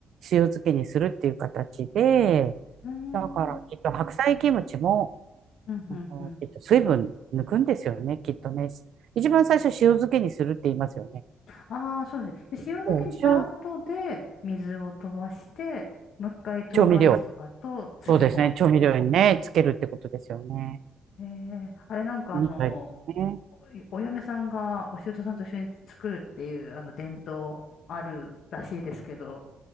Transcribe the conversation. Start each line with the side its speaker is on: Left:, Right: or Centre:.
Right: 塩漬けにするっていう形で、
Left: うーん。
Right: だからきっと白菜キムチも、
Left: うん、うん、うん。
Right: あの、きっと水分抜くんですよね、きっとね。一番最初塩漬けにするって言いますよね。
Left: ああ、そうですね。で塩漬けにした後で、
Right: そう塩、
Left: 水を飛ばして、もう一回唐辛子とかと漬け込むと。
Right: 調味料。そうですね、調味料にね、つけるってことですよね。
Left: ええあれなんかあの、
Right: みたいですね。
Left: おお嫁さんがお舅さんと一緒に作るっていう、あの伝統あるらしいですけど、